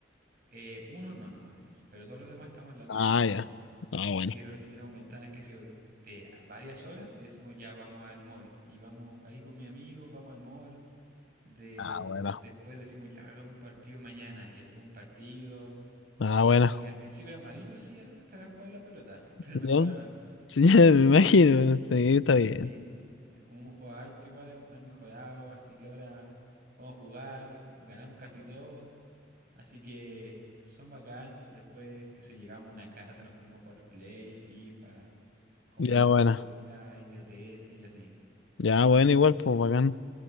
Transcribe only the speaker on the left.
Ah,
ya. Ah, bueno.
Ah, bueno.
Ah, bueno.
Ya.
Sí, <laughs> ya me imagino.
Sí, está bien.
Ya, bueno.
Ya, bueno, igual, pues bacán.